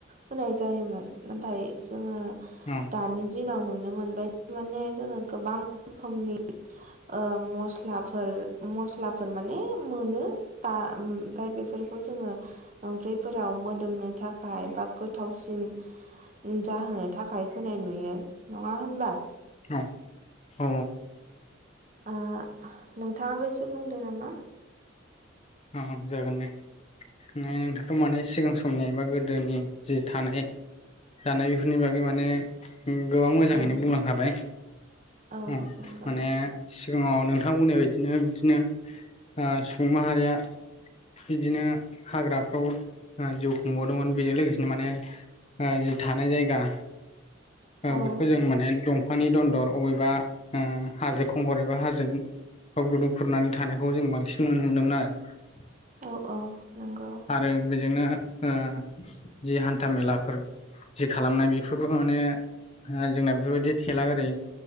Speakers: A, on the right; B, on the left.
A: होनाय जायोमोन नाथाय जोङो
B: ओम
A: दानि दिनाव नुनो मोनबाय थारमाने जोङो गोबां रोखोमनि ओ मस्लाफोर मस्लाफोर माने मोनो बा ओमफ्राय बेफोरखौ जोङो ओंख्रिफोराव मोदोमनो थाखाय बा गोथावसिन जाहोनो थाखाय होनाय नुयो नङा होनबा
B: औ औ
A: ओ नोंथाङाबो एसे बुंदो नामा
B: अ जागोन दे नोंथाङाथ' माने सिगां समनि बा गोदोनि जि थानाय जानायफोरनि बागै माने गोबां मोजाङैनो
A: औ
B: बुंलांखाबाय
A: औ
B: ओम
A: नंगौ
B: माने सिगाङाव नोंथां बुंनाय बायदिनो बिदिनो ओ सुबुं माहारिया बिदिनो हाग्राफ्राव जिउ खुंबोवदोंमोन बेजों लोगोसेनो माने ओ जि थानाय जायगा
A: औ
B: बेखौ जों माने दंफांनि दनदर अबेबा ओ हाजो खंखर एबा हाजो बाव गुदुं खुरनानै थानायखौ जों बांसिन नुनो मोनदोंमोन आरो
A: औ औ नंगौ।
B: आरो बेजोंनो ओ जि हान्था मेलाफोर जि खालामनाय बेफोरबो माने ओ जोंना बेफोरबायदि थेला गारि